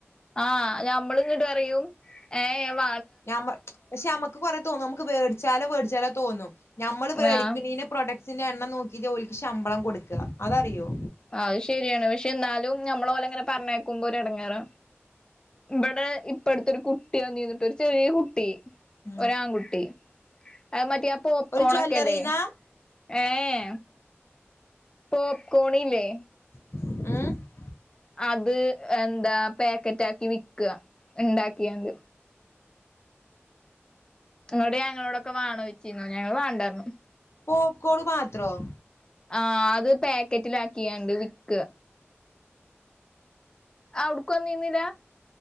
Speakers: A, on the left (about 20°); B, on the left (about 70°).
A: ആഹ് ഞമ്മള് ഇങ്ങട്ട് പറയും ഏ വ
B: ഞമ്മ പക്ഷെഞമ്മുക്ക് കൊറെ തോന്ന വേട് ചാലോ വോട് ചാലോ തോന്നും ഞമ്മള് മേടിക്കണന
A: ആഹ്
B: പ്രൊഡക്‌സിന് എണ്ണം നോക്കി ഈ ജോലിക്ക് ശമ്പളം കൊടുക്കുക അതറിയോ
A: അത് ശെരിയാണ് പക്ഷെ എന്നാലും നമ്മള ഓല ഇങ്ങനെ പറഞ്ഞേക്കുമ്പോ ഒരു എടങ്ങാറാ ഇവിടെ ഇപ്പടുത്തെൊരു കുട്ടിയാ നീന്നിട്ട് ഒരു ചെറിയ കുട്ടി
B: ഉം
A: ഒരാൺകുട്ടി അത് മറ്റ പോപ്കോണൊക്കെ
B: ഒരു ജ്വല്ലറീന്നാ
A: അല്ലേ ഏ എ പോപ്കോണില്ലേ
B: <unintelligible>
A: അത് എന്താ പാക്കറ്റാക്കി വിക്കുക ഉണ്ടാക്കിയാണ്ട് നിങ്ങോളോട് ഞങ്ങളോടൊക്കെ വാണോയ് ചിനി ഞങ്ങൾ വാണ്ടഞ്ഞു
B: പോപ്കോൺ മാത്രം
A: ആ അത് പാക്കറ്റില ആക്കിയണ്ട് വിക്ക ആ അടുക്ക നീന്നില്ല